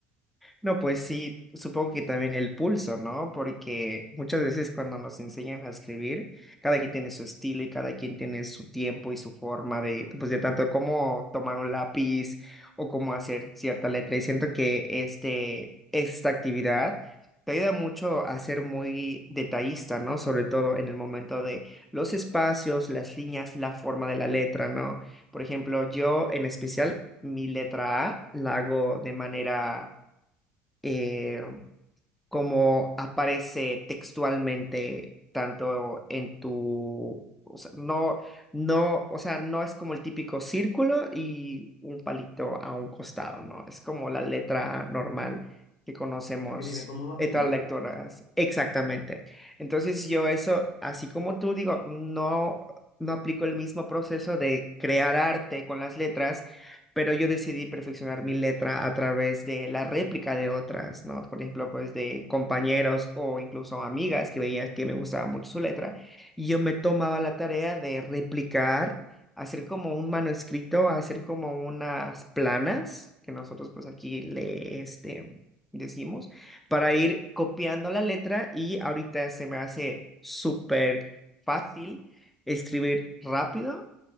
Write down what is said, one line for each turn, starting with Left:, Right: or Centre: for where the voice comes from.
Centre: No, pues sí, supongo que también el pulso, ¿no? Porque muchas veces cuando nos enseñan a escribir, cada quien tiene su estilo y cada quien tiene su tiempo y su forma de, pues de tanto cómo tomar un lápiz o cómo hacer cierta letra. Y siento que este, esta actividad te ayuda mucho a ser muy detallista, ¿no? Sobre todo en el momento de los espacios, las líneas, la forma de la letra, ¿no? Por ejemplo, yo en especial, mi letra A la hago de manera eh, como aparece textualmente tanto en tu, o sea, no, no, o sea, no es como el típico círculo y un palito a un costado, ¿no? Es como la letra normal que conocemos.
Left: La que tiene como barriguita.
Centre: Otras lectoras, exactamente. Entonces yo eso, así como tú digo, no, no aplico el mismo proceso de crear arte con las letras, pero yo decidí perfeccionar mi letra a través de la réplica de otras, ¿no? Por ejemplo, pues de compañeros o incluso amigas que veía que me gustaba mucho su letra, y yo me tomaba la tarea de replicar, hacer como un manuscrito, hacer como unas planas, que nosotros pues aquí le, este, decimos, para ir copiando la letra y ahorita se me hace súper fácil escribir rápido